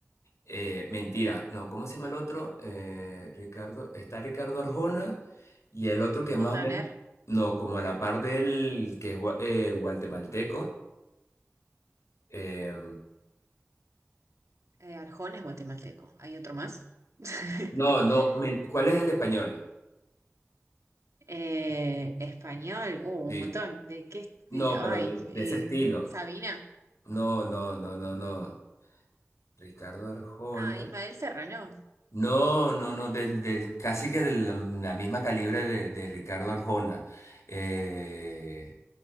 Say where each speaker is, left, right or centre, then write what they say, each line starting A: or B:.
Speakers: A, on the left (about 80°); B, on the right (about 90°).
A: eh, mentira, no, ¿cómo se llama el otro? Eh, Ricardo, está Ricardo Arjona y el otro que más
B: Montaner,
A: o menos, no, como a la par del que es gua- eh, guatemalteco. eh,
B: eh, Arjona es guatemalteco, hay otro más. <laughs>
A: no, no, me- ¿cuál es el español?
B: Eh, español, uh,
A: Sí,
B: un montón. ¿De qué? est-
A: no,
B: Ay,
A: pero de de
B: eh,
A: ese estilo.
B: Sabina.
A: No, no, no, no, no. Ricardo Arjona.
B: Ah, Ismael Serrano.
A: No, no, no, del- del- casi que de la, la misma calibre de, de Ricardo Arjona. Eh,